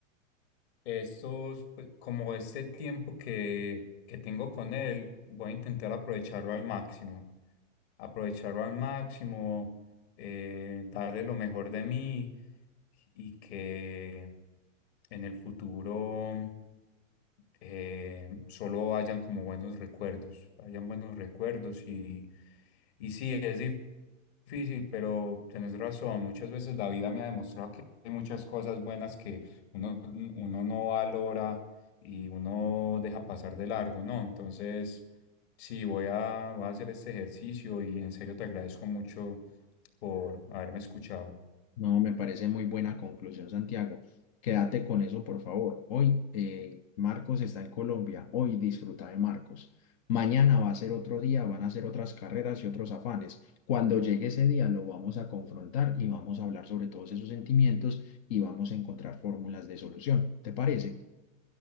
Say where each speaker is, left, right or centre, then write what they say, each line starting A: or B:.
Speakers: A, on the left (about 55°); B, on the left (about 25°).
A: Esos, pues, como este tiempo que, que tengo con él, voy a intentar aprovecharlo al máximo. Aprovecharlo al máximo, eh, darle lo mejor de mí y que en el futuro eh, solo hayan como buenos recuerdos, hayan buenos recuerdos y, y sí, es dif- difícil, pero tenés razón, muchas veces la vida me ha demostrado que hay muchas cosas buenas uno, uno no valora y uno deja pasar de largo, ¿no? Entonces, sí, voy a, voy a hacer este ejercicio y en serio te agradezco mucho por haberme escuchado.
B: No, me parece muy buena conclusión, Santiago. Quédate con eso, por favor. Hoy eh, Marcos está en Colombia. Hoy disfruta de Marcos. Mañana va a ser otro día, van a ser otras carreras y otros afanes. Cuando llegue ese día lo vamos a confrontar y vamos a hablar sobre todos esos sentimientos y vamos a encontrar fórmulas de solución. ¿Te parece?